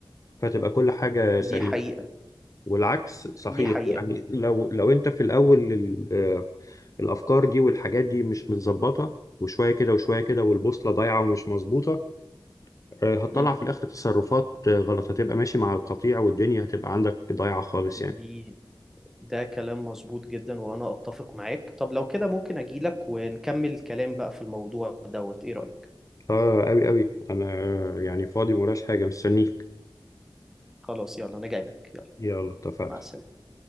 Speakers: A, on the left; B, in the centre.
A: فتبقى كل حاجة سليمة
B: دي حقيقة
A: والعكس صحيح
B: دي حقيقة
A: يعني لو لو انت في الاول ال- آه، الافكار دي والحاجات دي مش
B: مم.
A: متظبطه وشويه كده وشويه كده والبوصله ضايعه ومش مظبوطه آه، هتطلع
B: مم.
A: في الاخر تصرفات آه، غلط هتبقى ماشي مع القطيع والدنيا هتبقى عندك ضايعه خالص
B: دي
A: يعني
B: ده كلام مظبوط جدا وأنا أتفق معاك طب لو كده ممكن أجيلك ونكمل الكلام بقى في الموضوع دوت إيه رأيك؟
A: اه قوي قوي انا آه، يعني فاضي مراش حاجه مستنيك
B: خلاص يلا أنا جايلك يلا
A: يلا اتفقنا
B: مع السلامة